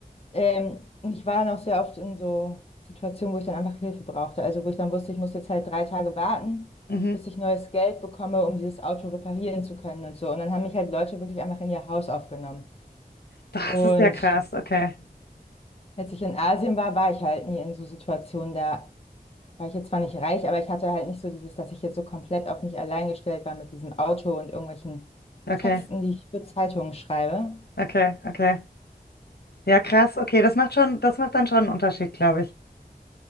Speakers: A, on the left; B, on the left.
A: Ähm, und ich war dann auch sehr oft in so Situationen, wo ich dann einfach Hilfe brauchte. Also wo ich dann wusste, ich muss jetzt halt drei Tage warten,
B: Mhm.
A: bis ich neues Geld bekomme, um dieses Auto reparieren zu können und so. Und dann haben mich halt Leute wirklich einfach in ihr Haus aufgenommen.
B: Das
A: Und
B: ist ja krass, okay,
A: als ich in Asien war, war ich halt nie in so Situationen. Da war ich jetzt zwar nicht reich, aber ich hatte halt nicht so dieses, dass ich jetzt so komplett auf mich allein gestellt war mit diesem Auto und irgendwelchen
B: okay,
A: Texten, die ich für Zeitungen schreibe.
B: okay, okay. Ja, krass. Okay, das macht schon, das macht dann schon einen Unterschied, glaube ich.